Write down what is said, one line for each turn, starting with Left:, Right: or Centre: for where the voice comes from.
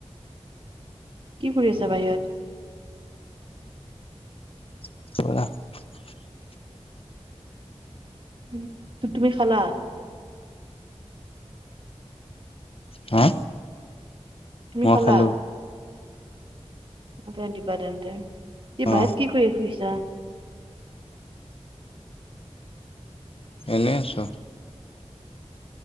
Right: কি কৰি আছা বাহিৰত?
Left: <unintelligible>
Right: উ'ম তু তুমি খা খালা।
Left: হা?
Right: তুমি
Left: মই
Right: খালা।
Left: খালো
Right: অ' তে দিবা তেন্তে। ই
Left: অ
Right: বাহিৰত কি কৰি ফুৰিছা?
Left: এনেই আছো।